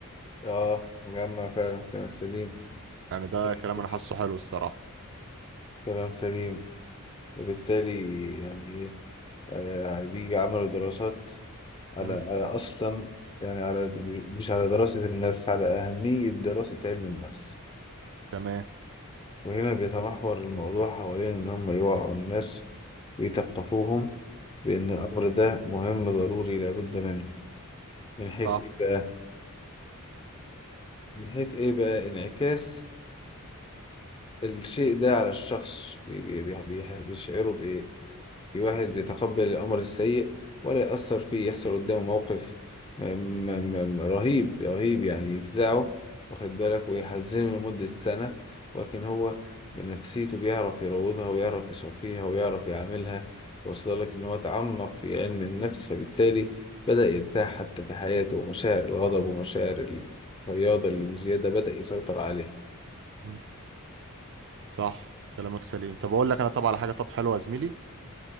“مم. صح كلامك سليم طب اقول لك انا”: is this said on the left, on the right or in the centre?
Right